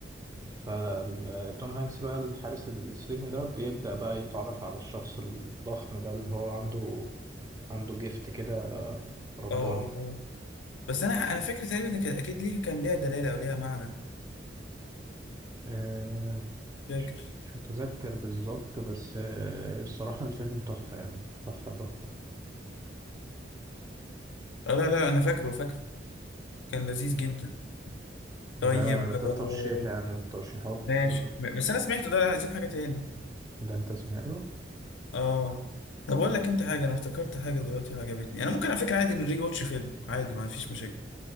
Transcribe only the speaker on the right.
فتوم هانكس بقى الحارس السجن ده بيبدأ بقى يتعرف على الشخص الضخم ده اللي هو عنده عنده جيفت كده رباني
آه،
مش متذكر بالظبط بس آه، الصراحة الفيلم تحفة يعني تحفة تحفة
ده
ده ترشيح يعني من الترشيحات
آه،
ده انت سمعته